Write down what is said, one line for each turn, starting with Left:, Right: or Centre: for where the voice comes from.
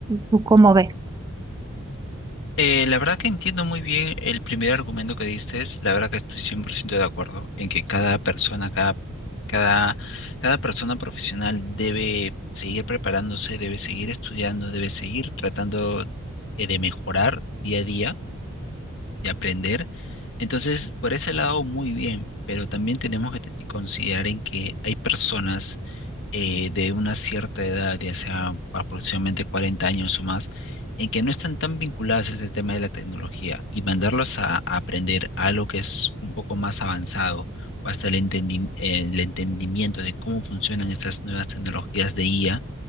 Right: ¿Tú cómo ves?
Left: Eh, la verdad que entiendo muy bien el primer argumento que diste, la verdad que estoy 100% de acuerdo en que cada persona, cada, cada, cada persona profesional debe seguir preparándose, debe seguir estudiando, debe seguir tratando eh, de mejorar día a día de aprender. Entonces, por ese lado, muy bien, pero también tenemos que te- considerar en que hay personas eh, de una cierta edad, ya sea aproximadamente 40 años o más, en que no están tan vinculadas a este tema de la tecnología y mandarlos a, a aprender algo que es un poco más avanzado o hasta el entendi- el entendimiento de cómo funcionan estas nuevas tecnologías de IA